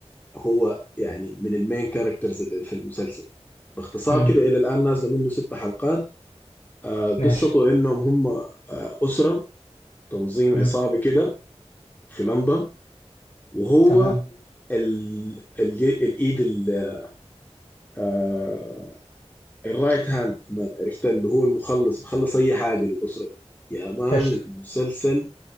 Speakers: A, on the left (about 15°); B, on the left (about 80°).
A: هو يعني من المين كاركترز اللي في المسلسل باختصار
B: امم
A: كده الى الان نازله منه ست حلقات آه، قصته
B: ماشي
A: انهم هم آه، اسره تنظيم
B: امم
A: عصابي كده في لندن وهو
B: تمام
A: ال... ال... الايد ال... آه، الرايت هاند مان عرفت اللي هو المخلص بخلص اي حاجه للاسره دي يا مان
B: قشطه
A: المسلسل